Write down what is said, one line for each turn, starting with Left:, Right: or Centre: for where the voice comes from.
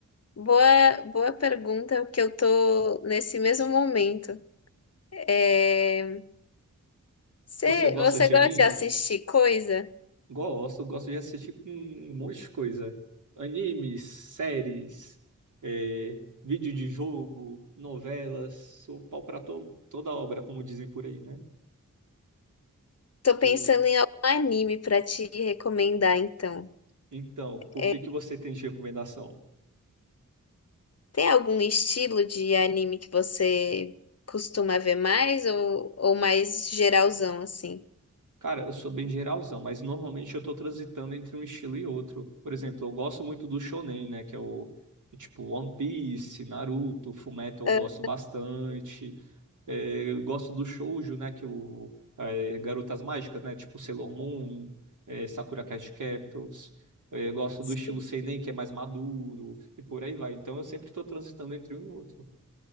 Left: boa, boa pergunta, porque eu tô nesse mesmo momento. É, Você,
Right: Você gosta
Left: você
Right: de
Left: gosta
Right: animes?
Left: de assistir coisa?
Right: Gosto, gosto de assistir com um monte de coisa. Animes, séries, é, vídeo de jogo, novelas, sou pau pra to- toda obra, como dizem por aí, né?
Left: Tô pensando
Right: O-
Left: em algum anime pra te recomendar, então.
Right: então, por
Left: É,
Right: que que você tem de recomendação?
Left: Tem algum estilo de anime que você costuma ver mais ou, ou mais geralzão, assim?
Right: Cara, eu sou bem geralzão, mas normalmente eu tô transitando entre um estilo e outro. Por exemplo, eu gosto muito do shonen, né? Que é o tipo One Piece, Naruto, Fullmetal, eu
Left: Ah,
Right: gosto bastante. É, eu gosto do shoujo, né? Que o é, Garotas Mágicas, né? Tipo Sailor Moon, é, Sakura Card Captors. É, eu gosto
Left: sim.
Right: do estilo seinen, que é mais maduro e por aí vai. Então eu sempre estou transitando entre um e outro.